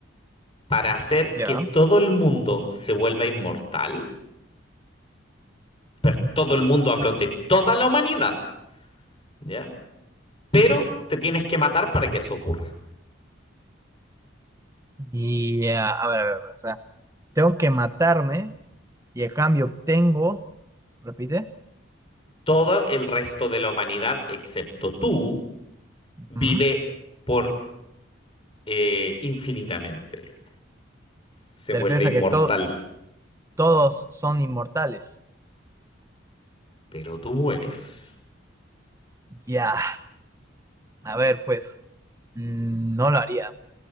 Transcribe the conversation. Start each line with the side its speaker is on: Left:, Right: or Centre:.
Left: para hacer
Right: <laughs> Ya.
Left: que todo el mundo se vuelva inmortal, pero todo el mundo habló de toda la humanidad, ¿ya? Pero te tienes que matar para que eso ocurra.
Right: Y ah, a ver, a ver, a ver, o sea, tengo que matarme y a cambio obtengo, repite,
Left: Todo el resto de la humanidad, excepto tú, vive
Right: Ujú.
Left: por eh, infinitamente. Se
Right: Te
Left: vuelve
Right: refieres
Left: inmortal,
Right: a que to- todos son inmortales.
Left: pero tú mueres.
Right: Ya, a ver, pues, mm, no lo haría.